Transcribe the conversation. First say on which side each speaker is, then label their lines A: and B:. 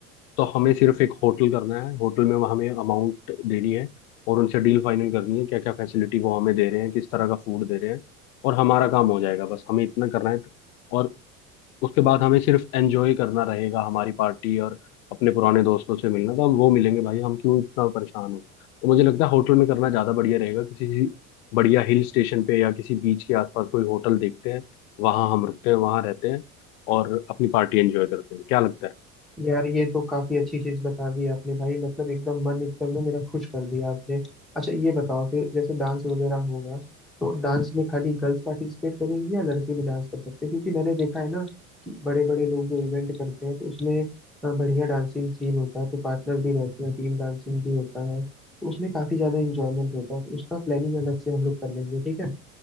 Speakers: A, on the left (about 75°); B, in the centre.
A: तो हमें सिर्फ एक होटल करना है होटल में हमें अमाउंट देनी है और उनसे डील फाइनल करनी है क्या क्या फैसिलिटी वो हमें दे रहे हैं किस तरह का फूड दे रहे हैं और हमारा काम हो जाएगा बस हमें इतना करना है तो, और उसके बाद हमें सिर्फ एंजॉय करना रहेगा हमारी पार्टी और अपने पुराने दोस्तों से मिलना तो हम वो मिलेंगे भाई हम क्यों इतना परेशान हो तो मुझे लगता है होटल में करना ज़्यादा बढ़िया रहेगा किसी बढ़िया हिल स्टेशन पे या किसी बीच के आसपास कोई होटल देखते हैं वहाँ हम रुकते हैं वहाँ रहते हैं और अपनी पार्टी एंजॉय करते हैं क्या लगता है
B: यार ये तो काफी अच्छी चीज बता दी आपने भाई मतलब एकदम मन एकदम ना मेरा खुश कर दिया आपने अच्छा ये बताओ कि जैसे डांस वगैरह होगा तो डांस में खाली गर्ल्स पार्टिसिपेट करेंगी या लड़के भी डांस कर सकते हैं क्योंकि मैंने देखा है ना कि बड़े बड़े लोग जो इवेंट करते हैं तो उसमें अ, बढ़िया डांसिंग सीन होता है तो पार्टनर भी रहते हैं टीम डांसिंग भी होता है तो उसमें काफी ज्यादा इंजॉयमेंट होता है तो उसका प्लानिंग अलग से हम लोग कर लेंगे ठीक है